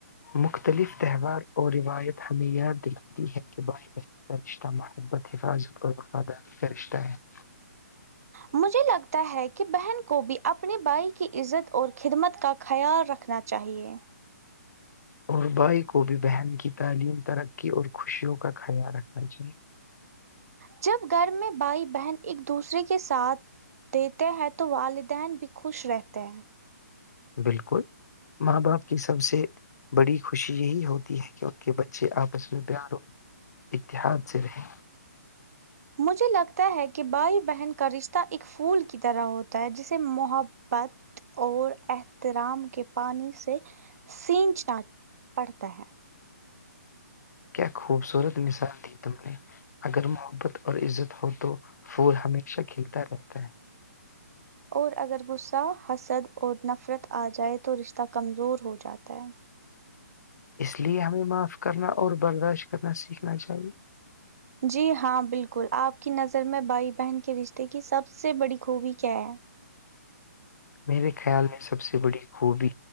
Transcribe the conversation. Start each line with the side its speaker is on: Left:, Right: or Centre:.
Left: مختلف تہوار اور روایت ہمیں یاد دکھتی ہے کہب کا رشتہ محبت حفاظت اور وفاداری کا رشتہ ہے <inaudible>
Right: مجھے لگتا ہے کہ بہن کو بھی اپنے بھائی کی عزت اور خدمت کا خیال رکھنا چاہیے
Left: اور بھائی کو بھی بہن کی تعلیم ترقی اور خوشیوں کا خیال رکھنا چاہیے
Right: جب گھر میں بھائی بہن ایک دوسرے کے ساتھ دیتے ہیں تو والدین بھی خوش رہتے ہیں
Left: بالکل ماں باپ کی سب سے بڑی خوشی یہی ہوتی ہے کہ ان کے بچے آپس میں پیار ہو اتحااد رہ
Right: مجھے لگتا ہے کہ بھائی بہن کا رشتہ ایک پھول کی طرح ہوتا ہے جسے محبت پت اور احترام کے پانی سے سیننچنا پڑتا ہے
Left: کیا خوبصورت مثال دی تم نے اگر محبت اور عزت ہو تو پھول ہمیشہ کھیلتا رہتا ہے
Right: اور اگر غصہ حسد اور نفرت آ جائے تو رشتہ کمزور ہو جاتا ہے
Left: اس لیے ہمیں معاف کرنا اور برداشت کرنا سیکھنا چاہیے
Right: جی ہاں بالکل آپ کی نظر میں بھائی بہن کے رشتے کی سب سے بڑی خوبی کیا ہے
Left: میرے خیال میں سب سے بڑی خوبی